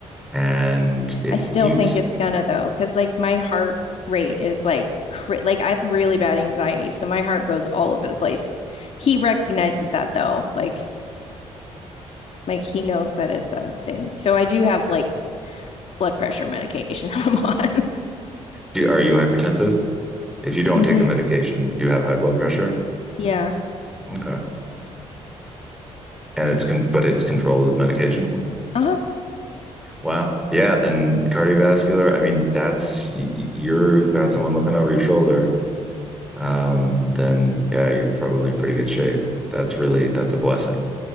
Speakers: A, in the centre; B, on the left.
A: And if
B: I still
A: you
B: think it's gonna though, because like my heart rate is like, cri like I have really bad anxiety, so my heart goes all over the place. He recognizes that though, like, like he knows that it's a thing. So I do have like blood pressure medication <laughs> that I'm on.
A: do, are you hypertensive? If you don't
B: Mm-hmm.
A: take the medication, you have high blood pressure.
B: Yeah.
A: Okay. and it's con- but it's controlled with medication.
B: Uh-huh.
A: Wow. Yeah. Then cardiovascular. I mean, that's you've got someone looking over your shoulder. Um, then yeah, you're probably in pretty good shape. That's really that's a blessing.